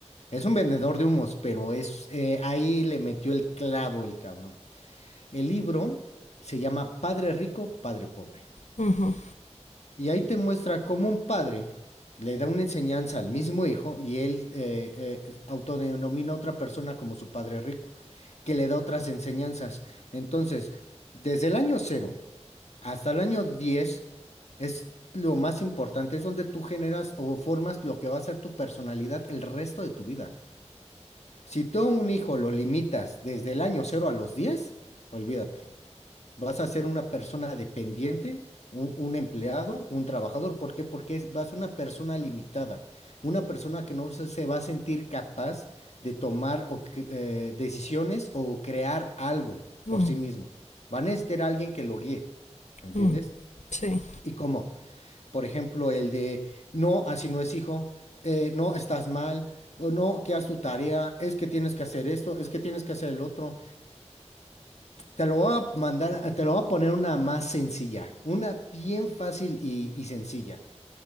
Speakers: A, on the left; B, on the left.
A: Es un vendedor de humos, pero es eh, ahí le metió el clavo el cabrón. El libro se llama Padre Rico, Padre Pobre.
B: ujú,
A: Y ahí te muestra cómo un padre le da una enseñanza al mismo hijo y él eh, eh, autodenomina a otra persona como su padre rico, que le da otras enseñanzas. Entonces, desde el año cero hasta el año 10 es lo más importante, es donde tú generas o formas lo que va a ser tu personalidad el resto de tu vida. Si tú a un hijo lo limitas desde el año cero a los 10, olvídate vas a ser una persona dependiente, un, un empleado, un trabajador. ¿Por qué? Porque es- vas a ser una persona limitada, una persona que no se, se va a sentir capaz de tomar o que- eh, decisiones o crear algo
B: ujú,
A: por sí mismo. Va a necesitar a alguien que lo guíe, ¿me entiendes?
B: ujú. Sí,
A: ¿Y cómo? Por ejemplo, el de, no, así no es hijo, eh, no, estás mal. O no, que haz tu tarea, es que tienes que hacer esto, es que tienes que hacer el otro, te lo voy a mandar, te lo voy a poner una más sencilla, una bien fácil y, y sencilla.